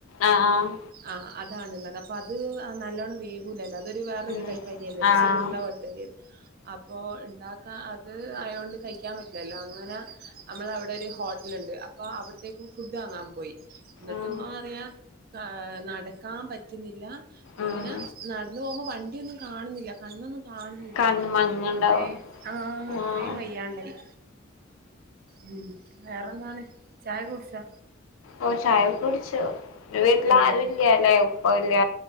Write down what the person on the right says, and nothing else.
ആ് അതാണുള്ളത് അപ്പൊ അത് നല്ലോണ്ണം വേവൂലല്ലോ അതൊരു വേറൊരു
ടൈപ്പ് അരിയല്ലേ കൊറച്ചോരു
ഉണ്ട പോലെ <unintelligible> അപ്പോ ഉണ്ടാക്കാ അത് ആയൊണ്ട് കഴിക്കാൻ പറ്റില്ലല്ലോ അങ്ങനെ നമ്മള അവിടെ ഒരു ഹോട്ടലുണ്ട് അ അപ്പോൾ അവിടത്തേക്ക് ഫുഡ് വാങ്ങാൻ പോയി. ന്നിട്ട്
ഇമ്മ പറയ നടക്കാൻ പറ്റുന്നില്ല.
ഇങ്ങനെ നടന്ന് പോകുമ്പോ വണ്ടിയൊന്നും കാണുന്നില്ല കണ്ണൊന്നും കാണുന്നില്ലന്ന്
അത്ര ആ അത്രയും
വയ്യാണ്ടായി. ഉം വേറെന്താണ് ചായ കുടിച്ചോ?
ഉം